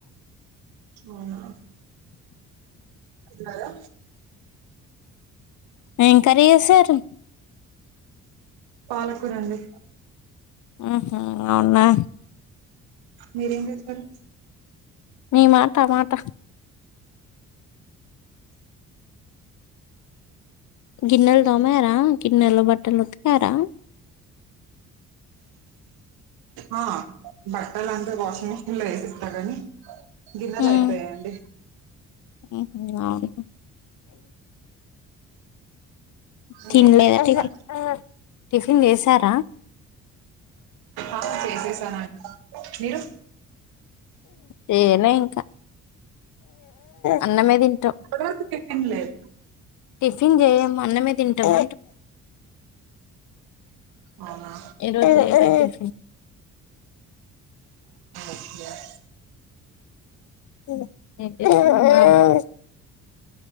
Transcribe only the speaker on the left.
ఎమ్ కర్రీ చేసారు
ఉహు అవునా
మేమా టమాట గిన్నెలు తోమారా గిన్నెలు బట్టలు ఉతికరా
ఉమ్
ఉహు అవునా
తినలేదా
టిఫన్ టిఫిన్ చేసారా
చేయలే ఇంకా అన్నం ఆ తిన
టిఫిన్ చేయం అన్నమే తింటాము
ఏ రోజు <inaudible>
<inaudible>